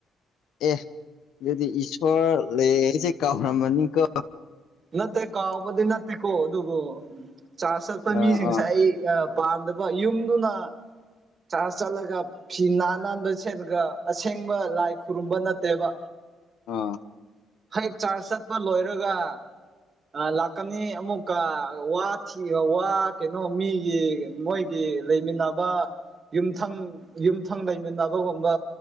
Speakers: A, on the left (about 80°); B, on the right (about 40°).
A: ꯑꯦ ꯑꯗꯨꯗꯤ ꯏꯁꯣꯔ ꯂꯩꯌꯦꯁꯦ ꯀꯥꯎꯔꯝꯃꯅꯤꯀꯣ
B: ꯅꯠꯇꯦ ꯀꯥꯎꯕꯗꯤ ꯅꯠꯇꯦꯀꯣ ꯑꯗꯨꯕꯨ ꯆꯥꯔꯆ ꯆꯠꯄ
A: ꯑꯥ
B: ꯃꯤꯁꯤꯡꯁꯦ
A: ꯑꯥ
B: ꯑꯩ ꯄꯥꯟꯗꯕ ꯌꯨꯝꯗꯨꯅ ꯆꯔ ꯆꯠꯂꯒ ꯐꯤ ꯅꯥꯟ ꯅꯥꯟꯕ ꯁꯦꯠꯂꯒ ꯑꯁꯦꯡꯕ ꯂꯥꯏ ꯈꯨꯔꯨꯝꯕ ꯅꯠꯇꯦꯕ
A: ꯑ
B: ꯍꯩ ꯆꯥꯔꯖ ꯆꯠꯄ ꯂꯣꯏꯔꯒ ꯑ ꯂꯥꯛꯀꯅꯤ ꯑꯃꯨꯛꯀ ꯋꯥ ꯋꯥ ꯀꯩꯅꯣ ꯃꯤꯒꯤ ꯃꯣꯏ ꯒꯤ ꯂꯩꯃꯤꯟꯅꯕ ꯌꯨꯝꯊꯪ ꯌꯨꯝꯊꯪ ꯂꯩꯃꯤꯟꯅꯕꯒꯨꯝꯕ